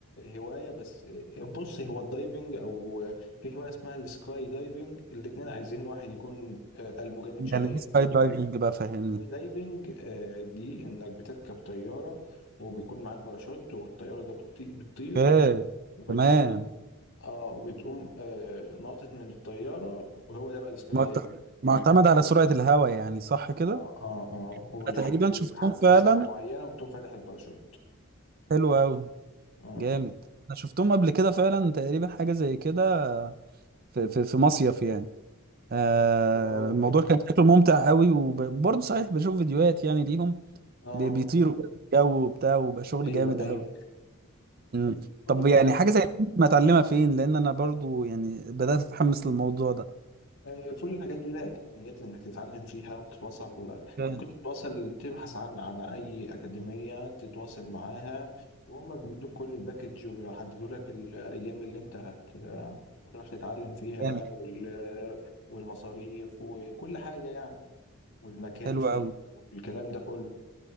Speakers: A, on the left (about 65°); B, on the right (about 40°).
A: هوايه بس آه، بص هو الدايفنج او في هوايه اسمها السكاي دايفنج الاتنين عايزين واحد يكون آه، قلبه جامد شويه
B: يعني دي سكاي دايفنج بقى فهمني
A: السكاي دايفنج آه، دي انك بتركب طياره وبيكون معاك باراشوت والطياره ده بتطي- بتطير
B: اوكي
A: وبتقوم
B: تمام
A: اه بتقوم آه ناطط من الطياره وهو ده بقى السكاي
B: معت-
A: دايفنج
B: معتمد على سرعة الهواء يعني صح كده
A: اه اه اه ولحد
B: أنا تقريبا
A: لحد
B: شفتهم فعلا
A: مسافه معينه وبتقوم فاتح الباراشوت
B: حلو قوي
A: اه
B: جامد انا شفتهم قبل كده فعلا تقريبا حاجه زي كده في في في مصيف يعني آه
A: ايوه اه
B: الموضوع كان شكله ممتع قوي وبرضه صحيح بشوف فيديوهات يعني ليهم
A: اه
B: بي- بيطيروا كده في الجو وبتاع وبقى شغل
A: ايوه
B: جامد
A: ايوه
B: قوي مم.
A: كله
B: طب يعني
A: محتوى
B: حاجه زي دي ما اتعلمها فين لان انا برضه يعني بدات اتحمس للموضوع ده
A: آه، كل الحاجات دي لها اكاديميات انك تتعلم فيها وتتواصل بال-
B: جامد
A: ممكن تتواصل تبحث عن عن اي اكاديميه تتواصل معاها وهم بيدوك كل الباكج وبيحددوا لك الايام اللي انت هت هتروح تتعلم فيها
B: جامد
A: وال... والمصاريف وكل حاجه يعني والمكان
B: حلو
A: فيه
B: قوي
A: والكلام ده كله